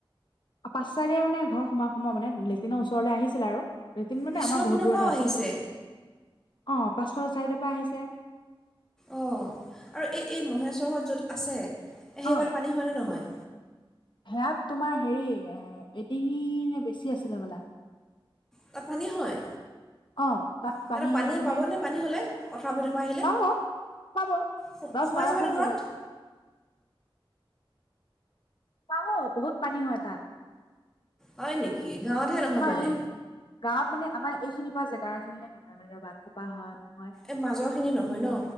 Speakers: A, on the left (about 55°); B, in the centre.
A: পাছফালে মানে ঘৰ সোমোয় সোমোয় মানে লেটিনৰ ওচৰলৈ আহিছিলে আৰু। লৈটিন মানে
B: পিছৰ
A: আমাৰ বহুত
B: পিনৰ
A: দূৰতে
B: পৰাও
A: আছিল,
B: আহিছে
A: অ পাছফালৰ চাইদৰ পৰা আহিছে।
B: অ এই এই মহেশ্বৰহঁত য'ত আছে সেইফালে
A: অ
B: পানী হয়নেে নহয়?
A: সেয়াত তোমাৰ হেৰি এডিঙিৰ বেছি আছিলে হ'বলা।
B: তাত পানী হয়?
A: অ তাত
B: সিহঁতে
A: পানী
B: পানীয়ে
A: কমে
B: পাবনে পানী হ'লে পথাৰ পিনৰ পৰা আহিলে?
A: পাব পাব
B: সো-সোমাই
A: দহ বাৰ
B: যাবনে
A: ফুট
B: ঘৰত?
A: হৈ যায় পাব বহুত পানী হয় তাত।
B: হয় নেকি? গাঁৱতহে নহয়
A: আমাৰ
B: মানে।
A: এই গাঁৱত মানে আমাৰ এইখিনি পৰা জেগা খিনিহে নহয় মানে <unintelligible> বা হয় নহয়।
B: এই মাজৰখিনি নহয় ন?